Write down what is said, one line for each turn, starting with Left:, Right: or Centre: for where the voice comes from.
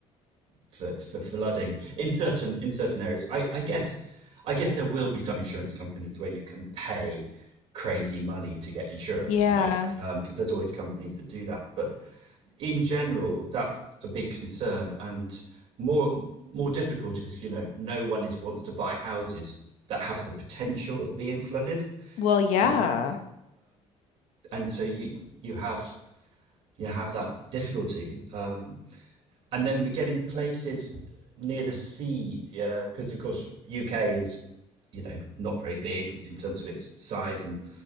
Right: for, for flooding in certain in certain areas. I, I guess I guess there will be some insurance companies where you can pay crazy money to get insurance,
Left: Yeah.
Right: you know, because um, there's always companies that do that. But in general, that's a big concern, and more more difficult is you know no one is wants to buy houses that have the potential of being flooded.
Left: Well, yeah.
Right: So you, and so you you have you have that difficulty. Um, and then we're getting places near the sea because uh, of course UK is you know not very big in terms of its size and